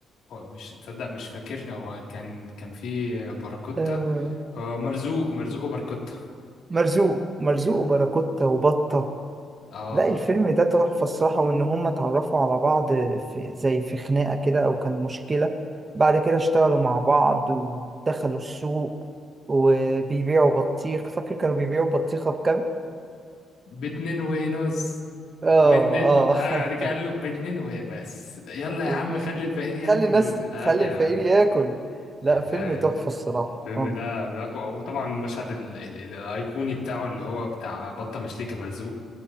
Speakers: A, on the left; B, on the right.
A: هو مش تصدق مش فاكر هو كان كان في باراكوتا
B: آه،
A: آه، مرزوق مرزوق وباراكوتا
B: مرزوق مرزوق وباراكوتا وبطة
A: اه
B: لا الفيلم ده تحفة الصراحة وإن هما اتعرفوا على بعض في زي في خناقة كده أو كان مشكلة بعد كده اشتغلوا مع بعض ودخلوا السوق وبيبيعوا بطيخ فاكر كانوا بيبيعوا بطيخة بكام؟
A: باتنين ونص
B: آه
A: باتنين
B: آه
A: و... آه،
B: <laughs>
A: بعد كده قال له باتنين وبس يلا
B: واتنين
A: يا عم خلي الفقير ياكل
B: خلي الناس
A: اه
B: خلي
A: يا
B: الفقير
A: عم
B: ياكل لا فيلم
A: آه،
B: تحفة الصراحة
A: الفيلم
B: آه
A: ده من أقوى وطبعا المشهد ال... ال... ال... الايقوني بتاعه اللي هو بتاع بطه مش ليكي مرزوق